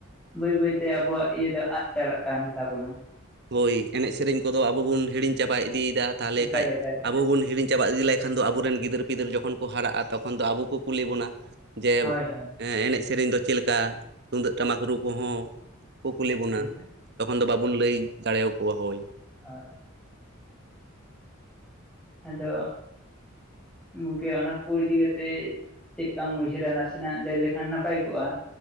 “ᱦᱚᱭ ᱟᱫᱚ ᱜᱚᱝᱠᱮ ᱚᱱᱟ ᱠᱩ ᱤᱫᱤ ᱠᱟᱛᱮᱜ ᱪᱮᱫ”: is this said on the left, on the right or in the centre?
Centre